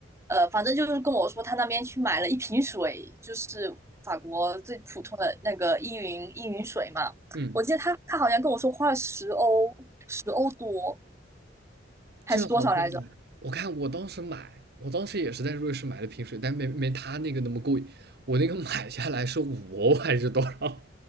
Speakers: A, on the right; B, on the right.
A: 呃，反正就是跟我说他那边去买了一瓶水，就是法国最普通的那个依云依云水嘛。
B: 嗯。
A: 我记得他他好像跟我说花了十欧十欧多还是多少来着？
B: 这好像，我看我当时买，我当时也是在瑞士买的瓶水，但没没他那个那么贵。我那个买下来是五欧还是多少？